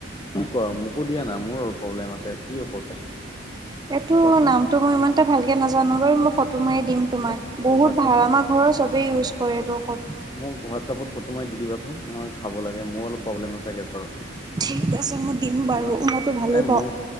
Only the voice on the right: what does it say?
এইটো
নামটো মই ইমান এটা ভালকে নাজানো <unintelligible> ফটো। <unintelligible> ট মাৰি দিম তোমাক
বহুত
ভাল আমাৰ ঘৰৰ
চবেই ইউজ কৰে এইটো ঔষধ।
ঠিক আছে মই দিম বাৰু মইতো ভালেই
পাওঁ।